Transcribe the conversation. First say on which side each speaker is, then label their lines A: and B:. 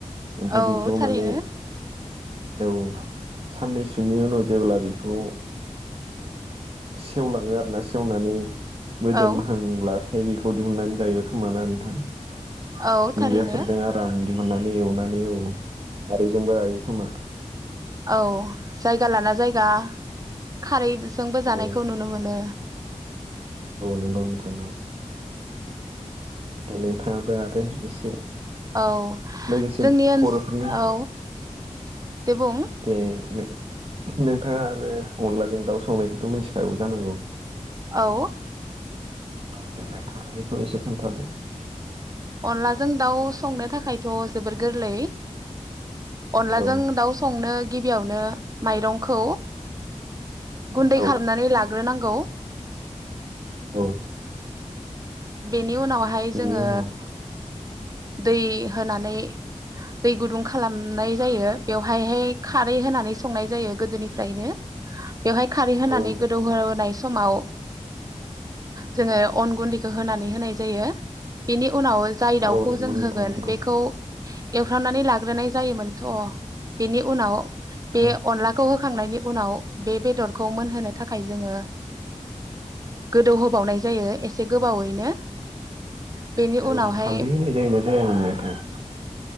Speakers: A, on the right; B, on the right.
A: ओमफाय
B: औ
A: बेखौ
B: थारैनो
A: माने औ साननैसो नि उनाव जेब्ला बेखौ सेवलाङो आरो ना सेवनानै मोदोमहांब्ला
B: औ
A: फाय बिखौ दिहुननानै जायो खोमाना नोंथां <inaudible>
B: औ थारैनो
A: हाननानै एवनानै औ खारैजोंबो जायो खोमा
B: औ जाय जालाना जायगा खारै जोंबो जानायखौ
A: औ
B: नुनो मोनो
A: नंगौ नोंथां नोंथाङाबो आरो एसे
B: औ
A: लोगोसे
B: जोंनि ओस
A: बर'फोरनि
B: औ दे बुं
A: दे नोंथाङा आरो अनलाजों दाउ संनायखौथ' मिथिखागौ जानांगौ
B: औ
A: औ <unintelligible> एसे खोनथादों
B: अनलाजों दाउ संनो थाखायथ' जबोर गोरलै अनलाजों
A: औ
B: दाउ संनो गिबियावनो माइरंखौ गुन्दै
A: औ
B: खालामनानै लाग्रोनां गौ
A: औ
B: बे नि उनावहाय
A: बेनि
B: जोङो
A: उनाव
B: दै होनानै दै गुदुं खालामनाय जायो बेवहायहाय खारै होनानै संनाय जायो गोदोनिफ्रायनो बेवहाय खारै होनानै
A: औ
B: गोदौहोनाय समाव जोङो अन गुन्दै खो होनानै होनाय जायो बेनि उनाव जाय दाउखौ
A: औ नंगौ
B: जों
A: नोंथां
B: होगोन
A: नंगौ
B: बेखौ एवफ्रामनानै लाग्रोनाय जायोमोनथ' बिनि उनाव
A: औ
B: बे अनलाखौ होखांनायनि उनाव बे बेदरखौ मोनहोनो थाखाय जोङो गोदौहोबावनाय जायो एस से गोबावैनो बेनि उनावहाय
A: औ हालदै होनाय जायोना जाया मोनोन नोंथां